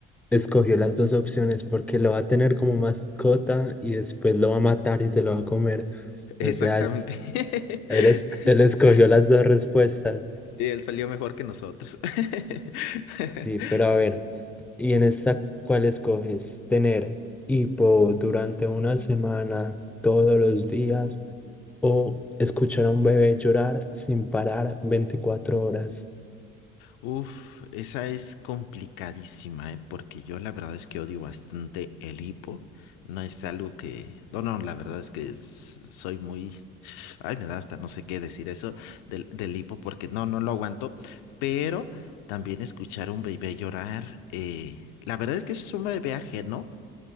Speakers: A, in the centre; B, on the left (about 75°).
A: escogió las dos opciones porque lo va a tener como mascota y después lo va a matar y se lo va a comer.
B: Exactamente.
A: O sea, es-
B: <laughs>
A: él, es- él escogió las dos respuestas.
B: Sí, él salió mejor que nosotros. <laughs>
A: Sí, pero a ver, ¿y en esta cuál escoges? ¿Tener hipo durante una semana, todos los días? O escuchar a un bebé llorar sin parar 24 horas.
B: Uf, esa es complicadísima, ¿eh? Porque yo la verdad es que odio bastante el hipo. No es algo que... No, no, la verdad es que s- soy muy... Ay, me da hasta no sé qué decir eso del, del hipo porque no, no lo aguanto. Pero también escuchar a un bebé llorar, eh, la verdad es que si es un bebé ajeno,